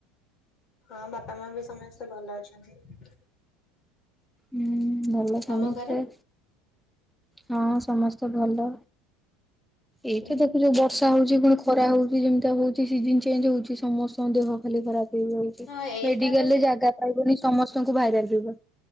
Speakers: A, on the left (about 40°); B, in the centre.
A: ହଁ ବାପା ମାବି ସମସ୍ତେ ଭଲ ଅଛନ୍ତି।
B: ହୁଁ ଭଲ
A: ତମ
B: ସମସ୍ତେ
A: ଘରେ?
B: ହଁ ସମସ୍ତେ ଭଲ ଏଇ
A: ହୁଁ
B: ତ ଦେଖୁଛ ବ ବର୍ଷା ହଉଛି ପୁଣି ଖରା ହଉଛି ଯେମିତାଆ ହଉଛି ସିଜନ୍ ଚେଞ୍ଜ ହଉଛି ସମସ୍ତଙ୍କ ଦେହ ଖାଲି ଖରାପ ହ
A: ହଁ ଏଇଟା
B: ମେଡିକାଲ
A: ତ ସେ
B: ରେ ଜାଗା ପାଇବନି ସମସ୍ତଙ୍କୁ ଭାଇରାଲ ଯିବ।